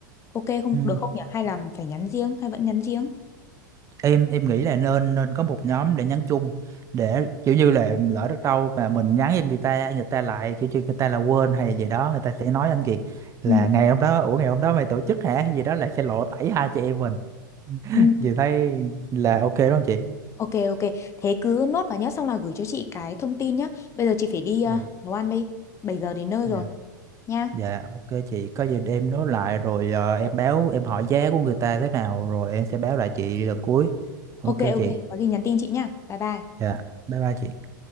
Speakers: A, on the left (about 25°); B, on the right (about 30°).
A: Ok không
B: Ừ.
A: được không nhỉ? Hay là phải nhắn riêng hay vẫn nhắn riêng?
B: em em nghĩ là nên nên có một nhóm để nhắn chung để kiểu như là lỡ đất đâu mà mình nhắn cho người ta người ta lại kiểu như người ta là quên hay gì đó người ta sẽ nói anh Kiệt là
A: Ừ.
B: ngày hôm đó ủa ngày hôm đó mày tổ chức hả hay gì đó lại sẽ lộ tẩy hai chị em mình
A: ừ.
B: chị thấy là ok đúng không chị
A: Ok ok, thế cứ nốt vào nhá xong là gửi cho chị cái thông tin nhá. Bây giờ chị phải đi ờ,
B: dạ
A: nấu ăn đi, 7 giờ đến nơi
B: dạ
A: rồi nha.
B: dạ ok chị có gì để em nối lại rồi ờ, em báo em hỏi giá của người ta thế nào rồi em sẽ báo lại chị lần cuối ok
A: Ok ok,
B: chị
A: có gì nhắn tin chị nhá. Bye bye.
B: dạ bye bye chị